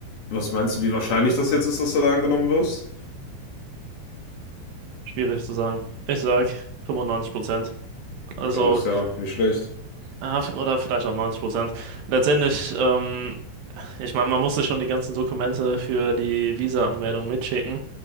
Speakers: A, on the left; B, on the right.
A: Was meinst du, wie wahrscheinlich das jetzt ist, dass du da angenommen wirst?
B: Schwierig zu sagen. Ich sag 95 Prozent. Also,
A: Ja, ist ja nicht schlecht.
B: ah, f- oder vielleicht auch 90 Prozent. Letztendlich, ähm, ich meine, man musste schon die ganzen Dokumente für die Visa-Anmeldung mitschicken.